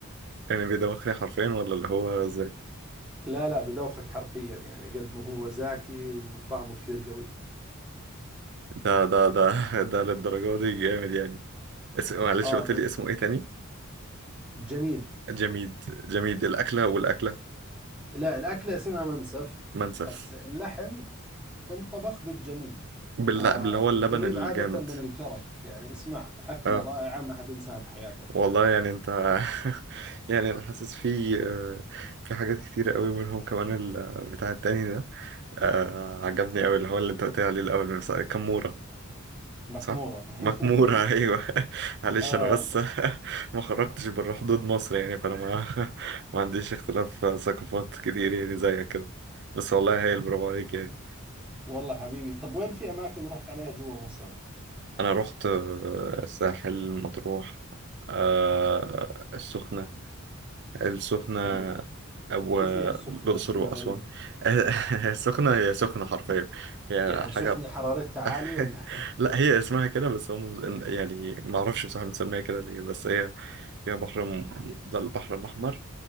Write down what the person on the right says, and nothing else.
يعني بيدوخني حرفيا ولا اللي هو ازاي
ده ده ده ده للدرجه دي جامد يعني اسم معلش
قلت
لي اسمه ايه تاني
جميد جميد الاكله والاكله
منسف
بالل...
باللي هو
اللبن الجامد
اه.
والله يعني انت <laughs> يعني انا حاسس في آه، في حاجات كتيرة قوي منهم كمان ال- آه، بتاع التاني ده آه، عجبني قوي اللي هو اللي انت قلت لي عليه الاول بس- كمورة
صح
مكمورة <laughs> ايوه معلش
انا بس <laughs> ما خرجتش بره حدود مصر يعني فانا ما <laughs> ما عنديش اختلاف ثقافات كتير يعني زيك كده بس والله هايل برافو عليك يعني
انا رحت آه، الساحل مطروح آه، السخنة السخنة
أو
الأقصر
وأسوان
<laughs> السخنة هي سخنة حرفيا هي
حاجة
<laughs>
لا هي اسمها كده بس هم يعني ما أعرفش بصراحة بنسميها كده ليه بس هي فيها بحر م- ده البحر الأحمر